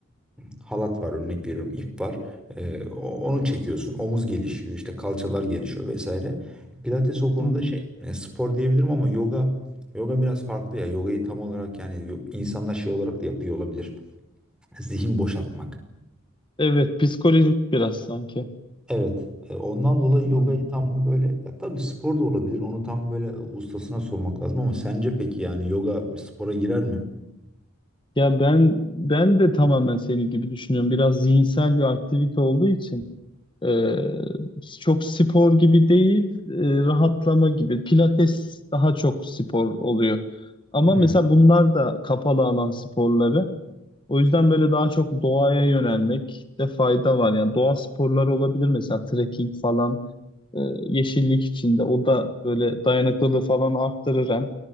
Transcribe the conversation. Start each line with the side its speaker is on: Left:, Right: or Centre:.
Centre: halat var örnek veriyorum ip var. E, o- onu çekiyorsun. Omuz gelişiyor işte kalçalar gelişiyor vesaire. Pilates o konuda
Left: hı hı.
Centre: şey e, spor diyebilirim ama yoga yoga biraz farklı ya. Yogayı tam olarak yani yo- insanlar şey olarak da yapıyor olabilir. Zihin boşaltmak.
Left: Evet, psikolojik biraz sanki.
Centre: Evet. e, Ondan dolayı yogayı
Left: Aynen.
Centre: tam böyle ya tabii spor da olabilir. Onu tam böyle ustasına sormak lazım ama sence peki yani yoga bir spora girer mi?
Left: Ya ben ben de tamamen senin gibi düşünüyorum. Biraz zihinsel bir aktivite olduğu için. Ee, çok spor gibi değil, e, rahatlama gibi. Pilates daha çok spor oluyor. Ama
Centre: Hmm.
Left: mesela bunlar da kapalı alan sporları. O yüzden böyle daha çok doğaya yönelmek de fayda var. Yani doğa sporları olabilir mesela trekking falan, e, yeşillik içinde. O da böyle dayanıklılığı falan arttırır hem